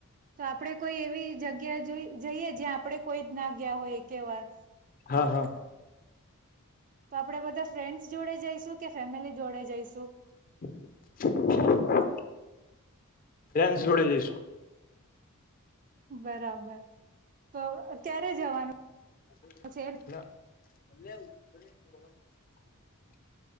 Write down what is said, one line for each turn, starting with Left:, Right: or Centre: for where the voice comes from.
Right: તો આપડે કોઈ એવી જગ ગ્યા જઈ જઈએ જ્યાં આપડે કોઈ જ ના ગયા હોય એકે વાર.
Left: હા હા.
Right: તો આપડે. બધા ફ્રેન્ડ્સ જોડે જઈશું કે ફેમિલી જોડે જઈશું
Left: <inaudible> ફ્રેન્ડ્સ જોડે જઈશું.
Right: બરાબર તો ક્યારે જવાનું?
Left: ના
Right: છે?